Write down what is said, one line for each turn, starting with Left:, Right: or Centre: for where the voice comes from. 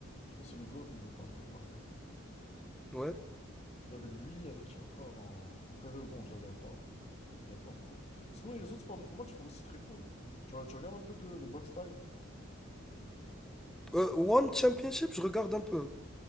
Left: Je pense que c'est le GOAT niveau pound for pound. hein.
Centre: Ouais.
Left: Il y avait lui, avec qui encore en, en Featherbone, je ne la regarde pas. Je ne regarde pas trop. Sinon, il y a les autres sports de combat que je trouve aussi très cool. Tu, re- tu regardes un peu de, de boxe thaï?
Centre: Euh, One Championship, je regarde un peu.